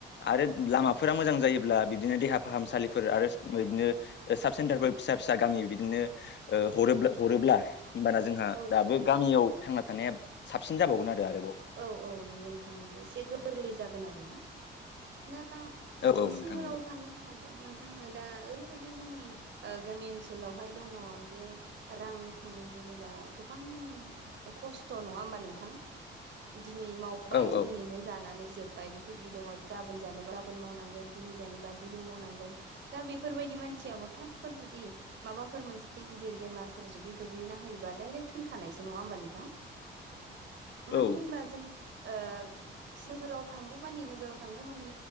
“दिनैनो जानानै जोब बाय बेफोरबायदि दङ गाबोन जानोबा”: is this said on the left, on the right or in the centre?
Right